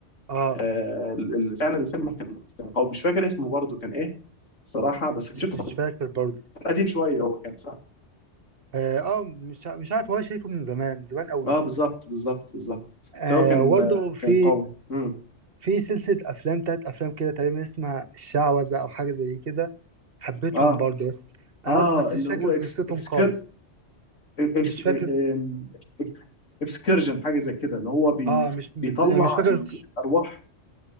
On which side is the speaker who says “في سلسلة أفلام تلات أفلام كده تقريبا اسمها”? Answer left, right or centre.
Right